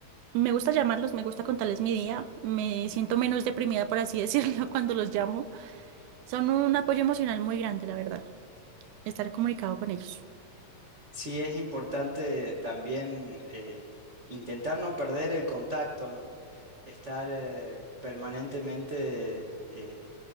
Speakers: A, on the right (about 85°); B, on the right (about 55°).
A: me gusta llamarlos, me gusta contarles mi día. Me siento menos deprimida, por así decirlo, <laughs> cuando los llamo. Son un apoyo emocional muy grande, la verdad, estar comunicado con ellos.
B: Sí es importante también eh, intentar no perder el contacto, ¿no? Estar eh, permanentemente eh,